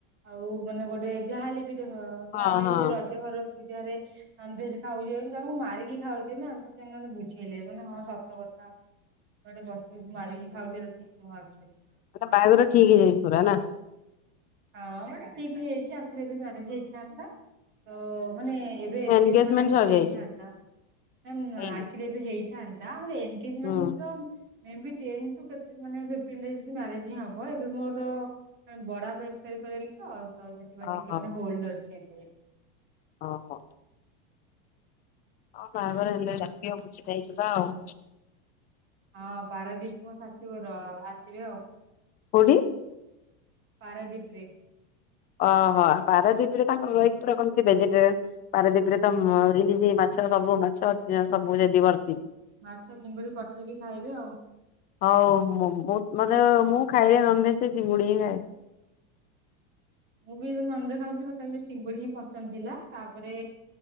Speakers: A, on the right (about 30°); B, on the left (about 25°).
A: ଆଉ ମାନେ ଗୋଟେ ଯାହାହେଲେ ବି ଦେଖ
B: ହଁ
A: ଆମେ
B: ହଁ
A: ଏମିତି ରଜ ଘର ପୂଜାରେ ନନଭେଜ ଖାଉଛେ ଜଣଙ୍କୁ ମାରିକି ଖାଉଚେ ନା ତ ସେ ମାନେ ବୁଝ ଇଲେ ମାନେ ହଁ ସତ କଥା ଗୋଟେ ପଶୁକୁ ମାରିକି ଖାଉଚେ ଏଇଟା ଠିକ ନୁହ ଆକଚୁଆଲି।
B: ମାନେ ବାହାଘର ଠିକ ହେଇଯାଇଛି ପୁରା ନା।
A: ହଁ ମାନ ଠିକ ହେଇଯାଇଛି ଆକ୍ଚୁଲି ବି ମ୍ୟାରେଜ ହେଇ ଥାନ୍ତା ତ ମାନେ ଏବେ ଏନଙ୍ଗେଜ୍
B: ଏନଗେଜମେଣ୍ଟ
A: ମେଣ୍ଟ ଆକ୍ଚୁଲି
B: ସରିଯାଇଛି
A: ହେଇଥାନ୍ତା, ଦେନ୍
B: ହେଇନି
A: ଆ ବି ହେଇଥାନ୍ତା ଆମ ଏନଗେଜମେଣ୍ଟ
B: ହୁଁ
A: ର ମେ ବି ଟେନ ଠୁ ଫିଫ୍ଟିନ ଡେଜ୍ ମ୍ୟାରେଜ୍ ହିଁ ହବ, ଏବେ ମୋର ବଡାପା ଏକ୍ସପାରି କରି ଗଲେ ତ ସେଥିପାଇଁ
B: ଓହୋ
A: ଟିକେ ମାନେ ହୋଲଡ ଅଛି, ଏଇଥିପାଇଁ।
B: ଓ ହୋ। ହଁ ବାହାଘର ହେଲେ ଡାକିବ ଭୋଜି ଖାଇ ଯିବା ଆଉ।
A: ହଁ ବାରାଦିପ ମୋ ଶାଶୁ ଘର ଆସିବେ ଆଉ।
B: କୋଉଠି?
A: ପାରାଦ୍ଵିପରେ।
B: ଓହୋ ପାରାଦ୍ୱୀପୀରେ ତାଙ୍କର ରହିକି ପୁରା କେମିତି ଭେଜିଟେରିଆନ୍। ପାରଦ୍ୱୀପରେ ତ ଇଲିଶି ମାଛ ସବୁ ମାଛ ସବୁ ସେଠି ଭର୍ତ୍ତି।
A: ମାଛ ଚିଙ୍ଗୁଡ଼ି ପଠେଇବି ଖାଇବେ ଆଉ।
B: ହଉ, ମୁଁ ମୋତେ ମୁଁ ଖାଇଲେ ନନ୍ଭେଜ ସେ ଚିଙ୍ଗୁଡ଼ି ହିଁ ଖାଏ।
A: ମୁଁ ବି ଲଣ୍ଡୁରେ ଖାଉଥିଲି ମତ ତା ଚିଙ୍ଗୁଡି ହିଁ ପସନ୍ଦ ଥିଲା ତାପରେ